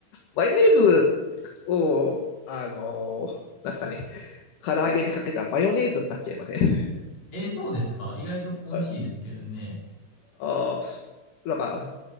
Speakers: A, on the left; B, on the left.
A: マヨネーズを、あのーなんすかね、唐揚げにかけたらマヨネーズになっちゃいません。
B: えーそうですか意外と美味しいですけどね。
A: あ、あ、あなんか、